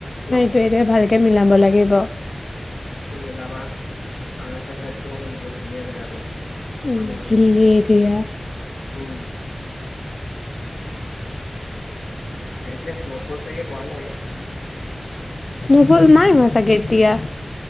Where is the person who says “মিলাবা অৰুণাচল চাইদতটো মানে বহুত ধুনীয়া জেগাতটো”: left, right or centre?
Left